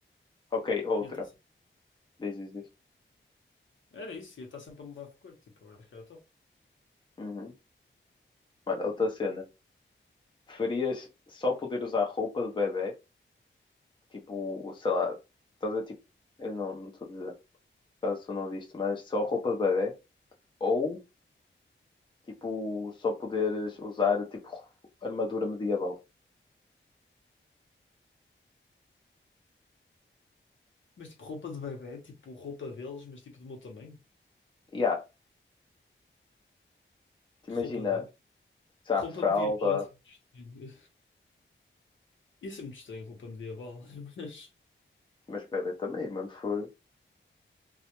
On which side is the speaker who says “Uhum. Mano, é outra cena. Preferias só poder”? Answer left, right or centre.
Left